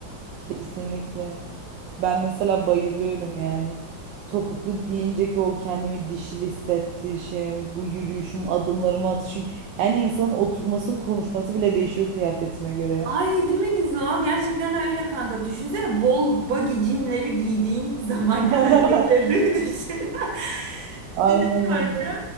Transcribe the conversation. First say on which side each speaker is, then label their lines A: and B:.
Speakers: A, on the right (about 70°); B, on the right (about 55°).
A: kesinlikle. Ben mesela bayılıyorum yani. Topuklu giyince ki o kendimi dişil hissettişim, bu yürüyüşüm, adımlarımı atışım. Yani insanın oturması, konuşması bile değişiyor kıyafetine göre ya.
B: Ay değil mi Gizo? Gerçekten öyle kanka. Düşünsene bol baggy jeanleri giydiğin <laughs> zamanki
A: <laughs>
B: hareketlerini bir düşün. <laughs>
A: Aynen
B: Bir de kanka
A: öyle.